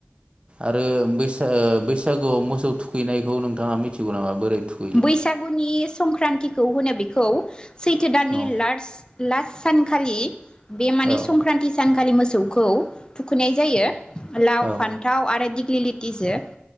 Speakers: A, on the right; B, on the left.
A: आरो बैसा ओ बैसागुआव मोसौ थुखैनायखौ नोंथाङा मिथिगौ नामा? बोरै थुखैयो
B: बैसागुनि संक्रान्तिखौ होनो बेखौ सैथो दाननि
A: औ
B: लारस्ट लास्ट सानखालि बे माने
A: औ
B: संक्रान्ति सान खालि मोसौखौ थुखैनाय जायो। लाव
A: औ
B: फान्थाव आरो दि ग्लिलिटिजो